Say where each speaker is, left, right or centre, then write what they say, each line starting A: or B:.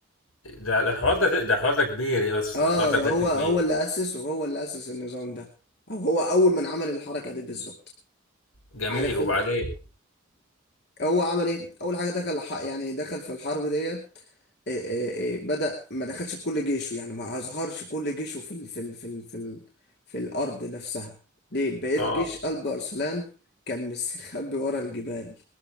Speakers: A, on the left; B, on the left.
A: ده ده الحوار ده ده الحوار ده كبير يا اسطى
B: اه
A: ده الحوار ده
B: ده
A: بجد
B: هو
A: كبير
B: هو اللي اسس وهو اللي اسس النظام ده او هو اول من عمل الحركه دي بالظبط
A: جميل
B: عارف
A: وبعدين
B: انت هو عمل ايه اول حاجه دخل ح- يعني دخل في الحرب ديت إيه إيه إيه، بدأ ما دخلش بكل جيشه يعني ما أظهرش كل جيشه في ال في ال في ال في, ال في الأرض نفسها ليه بقيت
A: اه
B: جيش قلب أرسلان كان مستخبي ورا الجبال